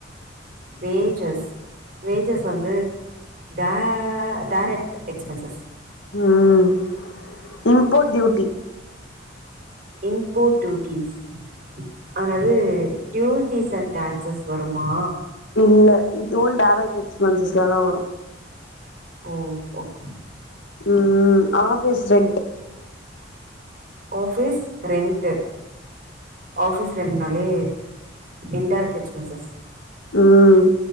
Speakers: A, on the right; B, on the left.
A: வேஜஸ். வேஜஸ் வந்து ட டயரெக்ட் எக்ஸ்பென்சஸ்
B: ம் இம்போ்ட் டியூட்டி.
A: Import duties. அல்லது டியூட்டிஸ் அண்ட் டாக்ஸஸ் வருமா
B: இல்ல இதுவு டயரெக்ட் எக்ஸ்பன்சஸ்ல தா வரு
A: ஓ ஓகே
B: ம் அலபேஸ் rent
A: office rent office rent நாளே இன்டயரெக்ட் எக்ஸ்பன்சஸ்
B: ம்